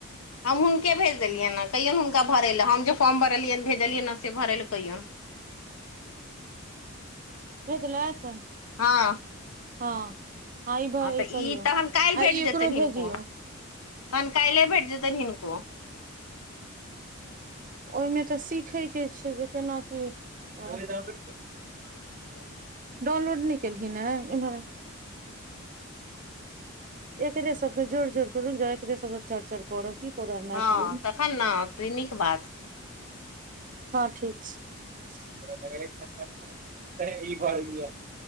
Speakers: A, on the left (about 85°); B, on the right (about 35°).
A: हम हुनकेँ भेज देलियनि ह कहियौ हुनका भरय लऽ हम जे फॉर्म भरलियन भेजलियनि ह से भरय लऽ कहियौन
B: भेज लाइथ
A: हँ
B: हँ ई भ
A: हँ तऽ
B: ई करियौ
A: इ तखन काइल भेट
B: आ ई
A: जेतेन
B: एकरो
A: हिनको
B: भेजियौ
A: तहन काइले भेट जेतेन हिनको
B: ओहिमे तऽ सीखय केँ छै जे केना की <unintelligible>
A: <inaudible>
B: डाउनलोड नहि केलखिन हँ इम्हर आ एकरे सबके जोड़ जोड़ कऽ रुकि जाउ एकरे सबसँ चर चर करब की करब मैथिलीमे
A: हँ तखन ने तऽ नीक बात
B: हँ <unintelligible> <unintelligible>